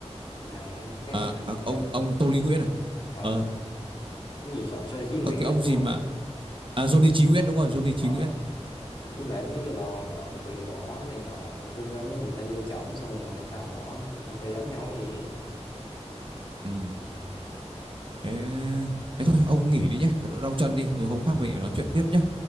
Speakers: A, on the left; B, on the right.
A: Cái thằng cái
B: à,
A: cái thằng
B: các
A: mà
B: ông ông Tô Lý Nguyễn à
A: ở
B: ờ
A: cái gì cho cho Duy Nguyễn
B: à, cái
A: đó
B: ông
A: đúng
B: gì
A: không
B: mà à Johnny Chí Nguyễn đúng rồi Johnny Chí
A: Ờ,
B: Nguyễn
A: với lại mấy cái lò mà luyện võ này nọ tư nhân ấy, người ta vô trỏng xong rồi người ta đào võ xong tay ta đấm nhau cái gì
B: ừ thế, thế thôi ông nghỉ đi nhé cho nó đau chân đi rồi hôm khác mình lại nói chuyện tiếp nhé